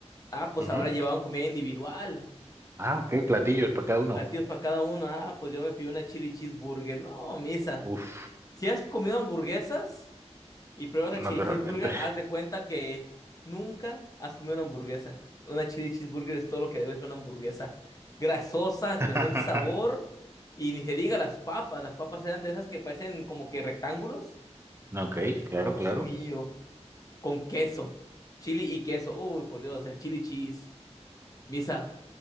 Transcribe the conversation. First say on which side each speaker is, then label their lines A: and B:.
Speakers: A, on the left; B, on the right.
A: Ah, pues
B: Ujú.
A: ahora llevaban comida individual.
B: Ah, ok, platillos para cada uno.
A: Platillos para cada uno. Ah, pues yo me pido una chili cheeseburger. No, misa.
B: Uf,
A: Si has comido hamburguesas y pruebas la
B: naturalmente.
A: chili cheeseburger, haz de cuenta que nunca has comido una hamburguesa. Una chili cheeseburger es todo lo que debe ser una hamburguesa. Grasosa, de
B: <laughs>
A: buen sabor. Y ni se diga las papas. Las papas eran de esas que parecen como que rectángulos.
B: Ok, claro,
A: Dios
B: claro.
A: mío. Con queso. Chili y queso. Uy, por Dios, el chili cheese. Misa